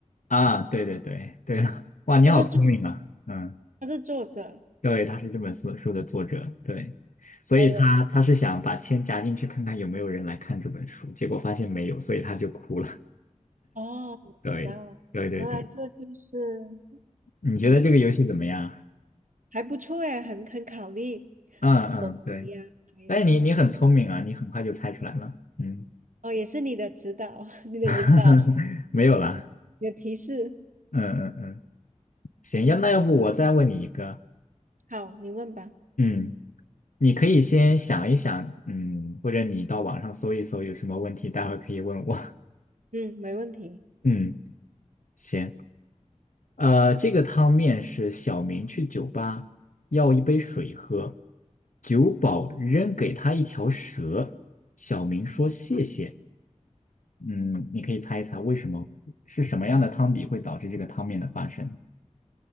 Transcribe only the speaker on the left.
啊，对对对对的，哇，你好聪明啊，
嗯，
对，他是这本书书的作者，对，所以他他是想把钱夹进去看看有没有人来看这本书，
结果发现没有，所以他就哭了，
对对对对，
你觉得这个游戏怎么样啊？
嗯嗯，
对。
哎，你你很聪明啊，你很快就猜出来了。嗯，
<laughs> 没有啦。
嗯嗯嗯，行，要那要不我再问你一个。
嗯，你可以先想一想，嗯，或者你到网上搜一搜有什么问题，待会儿可以问我。
<laughs> 嗯，行。呃，这个汤面是小明去酒吧要一杯水喝，酒保扔给他一条蛇，小明说谢谢。嗯，你可以猜一猜为什么是什么样的汤底会导致这个汤面的发生？